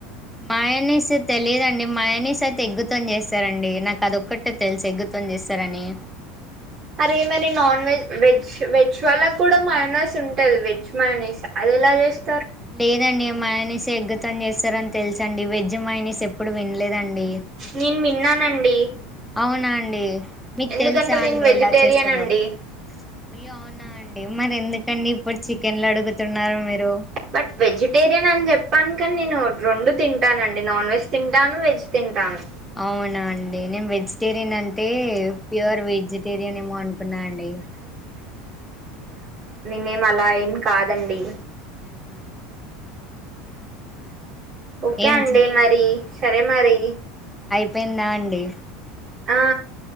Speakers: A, in the centre; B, on the right.
A: మయోనిస్ తెలిదండి మయోనిస్ ఆయితే ఎగ్గు తో నీ చేస్తారండి నాకు అది ఒక్కటే తెలిసు ఎగ్ తో న్ చేస్తారని
B: అరే మరి నాన్ వెజ్ వెజ్ వెజ్ వాల్ల కూడా మయోనిస్ ఉంటది వెజ్ మయోనిస్ అది ఎలా చేస్త
A: లేదండి మయోనిస్ ఎగ్ మొత్తం చేస్తార అని తెలుస అండి వెజ్ మయోనిస్ ఎప్పుడు వినలేదండి
B: నేను విన్నానండి
A: అవునా అండి మీకు
B: ఎందుకంటే
A: తెలుసా
B: నేను
A: అండి
B: వెజిటేరియన్
A: ఎలా చేస్తారో
B: అండి
A: అయ్యో అవునా అండి మరి ఎందుకండి ఇప్పుడు చికెన్లు అడుగుతున్నారు మీరు
B: బట్ వెజిటేరియన్ అని చెప్పానుకని నేను రెండు తింటానండి నాన్ వెజ్ తింటాను వెజ్ తింటాను
A: అవునా అండి నేను వెజ్ వెజిటేరియన్ అంటే ప్యూర్ వెజిటేరియన్ ఏమో అనుకున్నా అండి
B: మ మేం అలా ఏం కాదండి వ
A: హ
B: ఓకే
A: ఏం
B: అండి
A: చే
B: మరి సరే మరి
A: అప్ప ఎంద అండి
B: ఆ